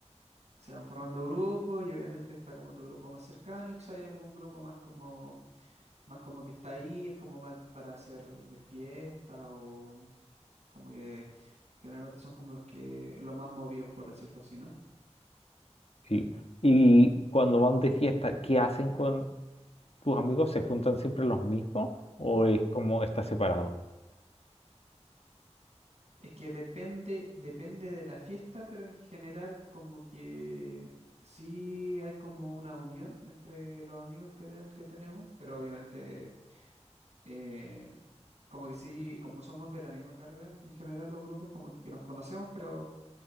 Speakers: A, on the right; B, on the left.
A: Se van formando grupos y obviamente está como tu grupo más cercano, y quizá hay algún grupo más como más como que está ahí, es como más para hacer de fiesta o como que generalmente son como los que los más movidos, por decirlo así, ¿no?
B: sí. Y cuando van de fiesta, ¿qué hacen con tus amigos? ¿Se juntan siempre los mismos o es como está separado?
A: Es que depende, depende de la fiesta, pero en general como que sí hay como una unión entre los amigos que, ten- que tenemos, pero obviamente eh, como que sí, como somos de la misma carrera, en general los grupos como que nos conocemos, pero